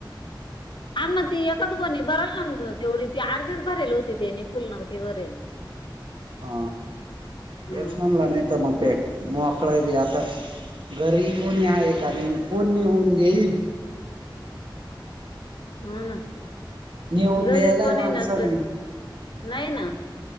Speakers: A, on the left; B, on the right.
A: हां ना ती एकच गोणी भरल ना म तेवढी ती. अर्धीच भरेल होती ती ने फुल नव्हती भरेल.
B: हा
A: हं.
B: हेच म्हनला नाही का मग ते. मोखळा हाय यातच. घरी कोणी आहे का नाही? फोन येऊन गेलेत.
A: हो ना
B: नेऊन
A: घरी
B: द्यालाय
A: कोणी
B: माणसाने.
A: नसेल नाही ना.